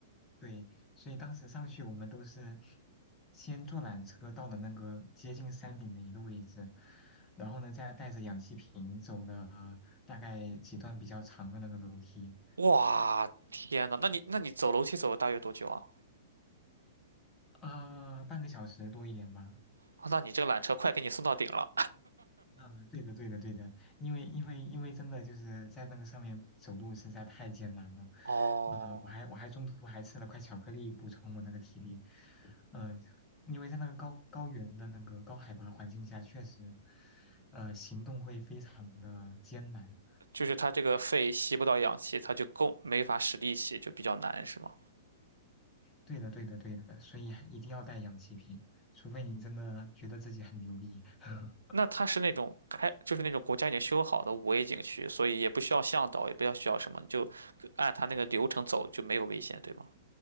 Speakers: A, on the left (about 25°); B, on the right (about 80°).
A: 对，所以当时上去我们都是先坐缆车到了那个接近山顶的一个位置，然后呢再带着氧气瓶走了大概几段比较长的那个楼梯，
B: 哇，天呐，那你那你走楼梯走了大约多久啊？
A: 啊、半个小时多一点吧。
B: 啊那你这个缆车快给你送到顶了。
A: 嗯，对的，对的，对的，因为因为因为真的就是在那个上面走路实在太艰难了，
B: 哦，
A: 呃，我还我还中途还吃了块巧克力补充我那个体力，呃，因为在那个高高原的那个高海拔环境下，确实，呃，行动会非常的艰难。
B: 就是它这个肺吸不到氧气，它就够没法使力气，就比较难，是吗？
A: 对的，对的，对的，所以一定要带氧气瓶，除非你真的觉得自己很牛逼。<laughs>
B: 那它是那种开，就是那种国家已经修好的五 A 景区，所以也不需要向导，也不要需要什么，你就按它那个流程走就没有危险，对吗？